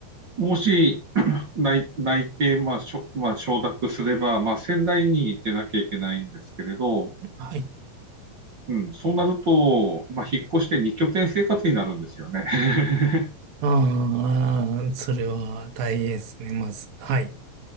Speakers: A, on the right; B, on the right.
A: もし内内定、まあ、しょ、まあ、承諾すれば、まあ、仙台に出なきゃいけないんですけれど、
B: はい。
A: うん、そうなると、まあ、引っ越して2拠点生活になるんですよね。<laughs>
B: ああ、それは大変ですね、まず。はい、